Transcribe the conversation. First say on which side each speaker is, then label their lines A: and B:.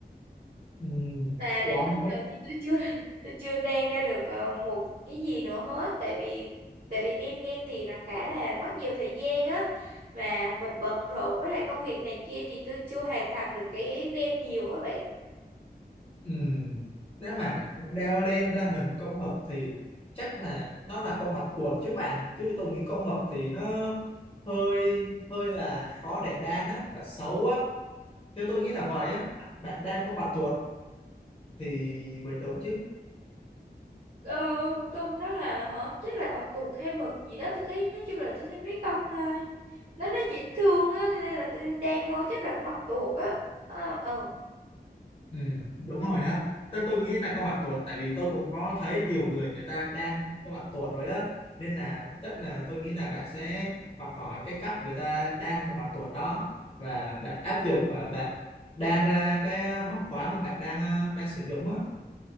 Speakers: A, on the left (about 35°); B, on the right (about 55°).
A: ừ,
B: và
A: ủa
B: đến bây
A: mà con
B: giờ thì tôi chưa <laughs> tôi chưa đang ra được ờ, một cái gì nữa hết tại vì tại vì đen đen thì nó khá là mất nhiều thời gian á mà mình bận rộn với lại công việc này kia thì tôi chưa hoàn thành được cái nên nhiều á bạn
A: ừ, nếu mà đeo len ra hình con mực thì chắc là nó là con bạch tuộc chứ bạn chứ tôi nghĩ con mực thì nó hơi hơi là khó để đan á và xấu á theo tôi nghĩ là vậy á bạn đan con bạch tuộc thì mới đúng chứ
B: ờ, con đó là hả chắc là bạch tuộc hay mực gì đó tôi thấy nói chung là tôi thấy mấy con thôi nó nó dễ thương á nên là tôi đang thôi chắc là con bạch tuộc á ờ ờ
A: ừ, đúng rồi á tôi tôi nghĩ là có mặt tuột tại vì tôi cũng có thấy nhiều người người ta đang có mặt tuột rồi á nên là chắc là tôi nghĩ là bạn sẽ học hỏi cái cách người ta đang có mặt tuột đó và bạn áp dụng và bạn đan ra cái ờ, móc khóa mà bạn đang ờ, đang sử dụng á